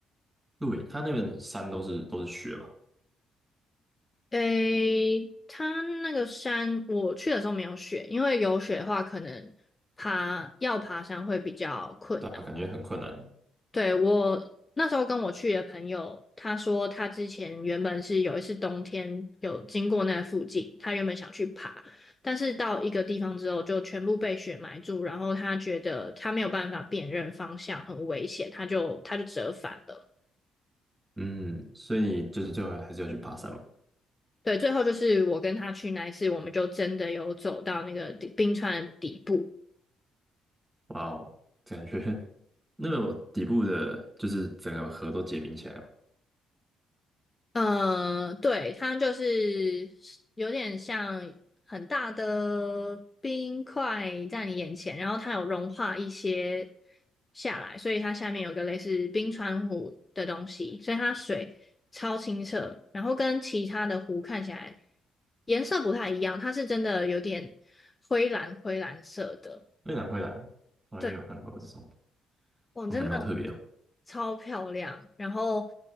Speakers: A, on the right; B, on the left.
A: 露营，它那边山都是都是雪嘛。
B: 诶，它那个山我去的时候没有雪，因为有雪的话，可能爬要爬山会比较困难。
A: 对啊，感觉很困难。
B: 对，我那时候跟我去的朋友，他说他之前原本是有一次冬天有经过那附近，他原本想去爬，但是到一个地方之后就全部被雪埋住，然后他觉得他没有办法辨认方向，很危险，他就他就折返了。
A: 嗯，所以你就是最后还是要去爬山嘛？
B: 对，最后就是我跟他去那一次，我们就真的有走到那个冰川的底部。
A: 哇哦，感觉 <laughs> 那个底部的，就是整个河都结冰起来了。
B: 呃，对，它就是有点像很大的冰块在你眼前，然后它有融化一些下来，所以它下面有个类似冰川湖的东西，所以它水超清澈，然后跟其他的湖看起来颜色不太一样，它是真的有点灰蓝灰蓝色的。
A: 蔚蓝灰蓝，从来没有看过这种，
B: 对，我真的。
A: 我感觉好特别哦。
B: 超漂亮。然后